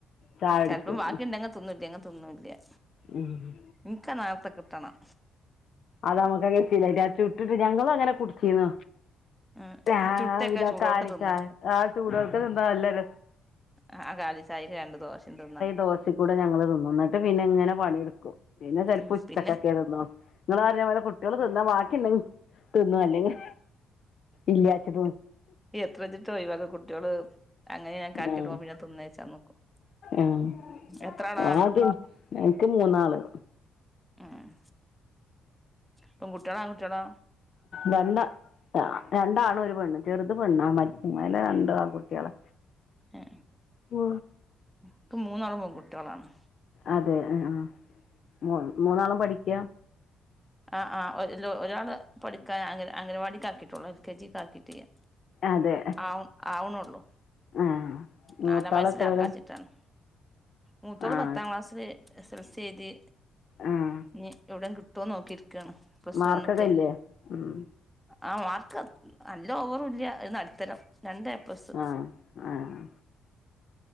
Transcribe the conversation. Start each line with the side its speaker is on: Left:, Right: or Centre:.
Left: ചായ കുടിക്കും
Centre: ചെലപ്പം ബാക്കിണ്ടെങ്കി തിന്നുല്ലങ്കി തിന്നൂല്ല
Left: ആഹ്
Centre: ഇനിക്ക് നേരത്തെ കിട്ടണം
Left: അത് നമ്മുക്കങ്ങനശീലായിട്ടാ ച്ചുട്ടിട്ട് ഞങ്ങളും അങ്ങനെ കുടിച്ചീന്നു
Centre: ഉം
Left: രാവിലെ
Centre: ചുട്ടൊക്കെ ചൂടോട്ക്കെ
Left: കാലിച്ചായആ
Centre: തിന്ന
Left: ചൂടോട്ക്ക നെ തിന്നാ നല്ല രസാ
Centre: ആഹ് ആഹ് കാലിച്ചായിക്ക് രണ്ട് ദോശിം തിന്നാ
Left: ദോശേക്കൂടെ ഞങ്ങള് തിന്നും നട്ട് പിന്നെ ഇങ്ങനെ പണിടുക്കും പിന്നെ ചെലപ്പോ
Centre: ഉം
Left: ഉച്ചക്കക്കെ
Centre: പിന്നെ
Left: തിന്നൊള്ളു ഇങ്ങൾ പറഞ്ഞൾ തിന്നാ ബാക്കി ണ്ടെങ്കിൽ തിന്നും ല്ലെങ്കിൽ ഇല്ലാചിട
Centre: എത്ര ചിട്ട ഒയിവാക്ക കുട്ട്യാൾ അങ്ങനെ ക്ക ആക്കിട്ട്
Left: ആഹ്
Centre: പോവുമ്പോ പിന്നെ തിന്നേച്ചാ നോക്കും
Left: ആഹ്
Centre: എത്രാളാ
Left: ആദ്യം എനിക്ക് മൂന്നാള്
Centre: ആഹ് പെൺകുട്ടിയാളോ ആൺകുട്ടിയാളോ
Left: രണ്ട രണ്ടാണ് ഒരു പെണ്ണ് ചെറുത് പെണ്ണാ മേലെ രണ്ട് ആണ് കുട്ട്യാളാ
Centre: ഏ
Left: ഓ
Centre: ഇക്ക് മൂന്നാള് പെൺകുട്ട്യാളാണ്
Left: അതെ ആഹ് ആഹ് മു മൂന്നാളും പഠിക്കാ
Centre: ആഹ് ആഹ് ല്ല ഒരാള് പഠിക്കാൻ അന്ക അങ്കലവാടിക്ക ആക്കി ട്ടോള്ളൂ എൽ കെ ജി ക്ക ആകീട്ടില്ല
Left: അതെ
Centre: ആവണ് ആവണോള്ളൂ
Left: ആഹ് മൂത്താള്
Centre: നാലാം വയസ്സിലാക്കാച്ചിട്ടാണ്
Left: എത്രേലാ
Centre: മൂതോൾ
Left: ആഹ്
Centre: പത്താം ക്ലാസില് എസൽസി എഴുതി
Left: ആഹ്
Centre: ഇനി എവിടേലും കിട്ടോ ട്ടോ നോക്കിരിക്കാണ് പ്ലസ്
Left: മാർക്കൊക്കെ
Centre: വണ്ണ്ക്കെ
Left: ഇല്ലേ ഉം
Centre: ആഹ് മാർക്ക് നല്ല ഓവറല്ല ഒര്ട്ത്തരം രണ്ട് എപ്ലസ്.
Left: ആഹ് ആഹ്